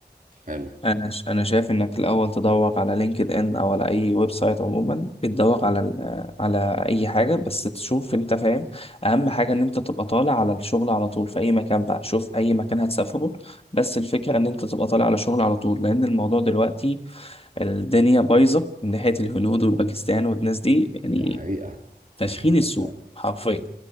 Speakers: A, on the right; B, on the left.
A: حلو
B: انا ش- انا شايف انك الاول تدور على لينكد ان او على اي ويب سايت عموما بتدور على ال- على اي حاجه بس تشوف انت فاهم اهم حاجه ان انت تبقى طالع على الشغل على طول في اي مكان بقى شوف اي مكان هتسافره بس الفكره ان انت تبقى طالع على شغل على طول لان الموضوع دلوقتي الدنيا بايظه من ناحيه الهنود والباكستان والناس دي يعني
A: دي حقيقة
B: تشخين
A: دي حقيقة
B: السوق
A: فعلا.
B: حرفيا